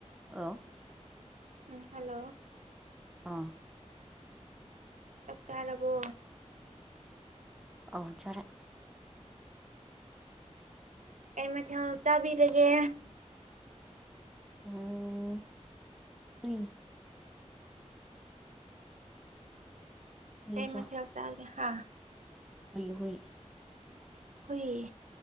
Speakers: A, in the centre; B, on the right.
A: ꯑ
B: ꯎꯝ ꯍꯜꯂꯣ
A: ꯑꯥ
B: ꯆꯥꯛ ꯆꯥꯔꯕꯣ
A: ꯑꯖꯔꯦ
B: ꯑꯩꯃ ꯊ ꯇꯥꯕꯤꯔꯒꯦ
A: ꯎꯝ ꯍ ꯍꯨꯏ
B: ꯀ
A: ꯆꯥ
B: ꯃ ꯍꯧ ꯇꯒꯦ ꯍꯥ
A: ꯍꯨꯏ ꯍꯨꯏ
B: ꯍꯨꯏꯌꯦ